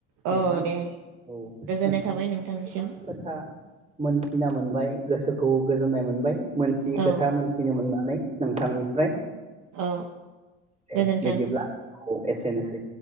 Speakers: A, on the right; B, on the right.
A: औ
B: नोंथां
A: दे
B: औ
A: गोजोननाय
B: नोंथांनिफ्राय
A: थाबाय नोंथांनिसिम
B: गोबां खोथा मोनथिना मोनबाय गोसोखौ गोजोननाय मोनबाय मोनथियै
A: औ
B: खोथा मोनथिनो मोननानै। नोंथांनिफ्राय।
A: औ
B: दे
A: गोजोन
B: बिदिब्ला अ एसेनोसै